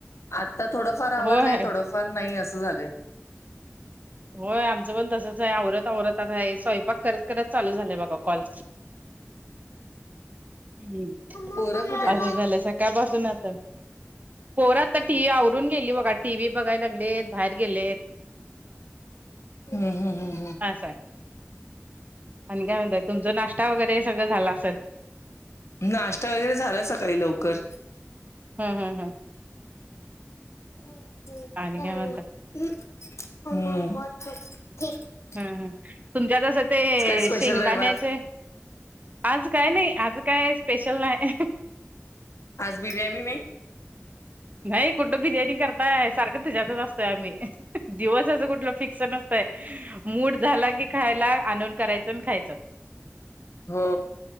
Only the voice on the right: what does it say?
होय
होय. आमचं पण तसच आहे. आवरत आवरतात आहे स्वयंपाक कर त. चालू झालय बघा कॉल. हम्.
असं झालंय सकाळपासून आसं. पोर आता ती आवरून गेली बघा. टी व्ही बघाय लागलेत बाहेर गेलेत.
असंय. आणि काय म्हणतय तुमच नाश्ता वगैरे सगळं झाला असेल.
हा हा हां
आणि काय म्हणता हम् हम् तुमच्यातसं ते
शेंगदाण्याचे
आज काय नाही. आज काय स्पेशल नाही.
नाही कुठं बिर्याणी करताय सारखं तेज्यातच असतोय आम्ही. दिवसचं कुठलं फिक्स नसतय. मूड झाला की खायला आणून करायचं आणि खायचं.